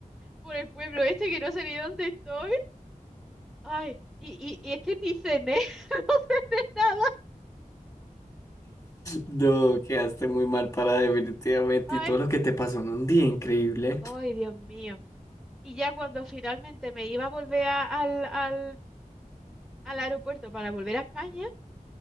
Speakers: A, in the centre; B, on the left.
A: por el pueblo este que no sé ni dónde estoy Ay, y, y, y es que ni cené <laughs> nada.
B: No, quedaste muy mal para definitivamente
A: Ay,
B: y todo lo que te pasó en un día increíble.
A: ay, Dios mío. Y ya cuando finalmente me iba a volver a- al, al, al aeropuerto para volver a España,